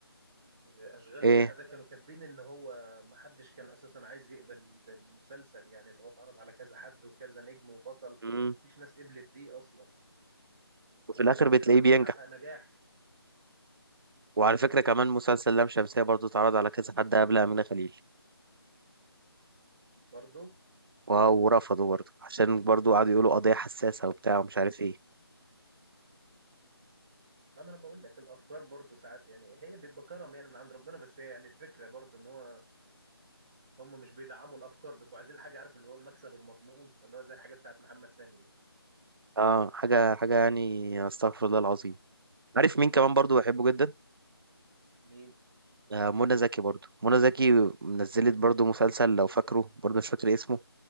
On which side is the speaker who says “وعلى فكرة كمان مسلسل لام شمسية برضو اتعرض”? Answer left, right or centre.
Right